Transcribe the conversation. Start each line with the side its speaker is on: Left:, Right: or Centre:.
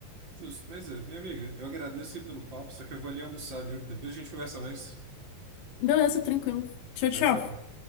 Right: Justo. Mas é, minha amiga, eu agradeço aí pelo papo, só que eu vou ali almoçar, viu? Depois a gente conversa mais.
Left: Beleza, tranquilo. Tchau,
Right: Tchau,
Left: tchau.
Right: tchau.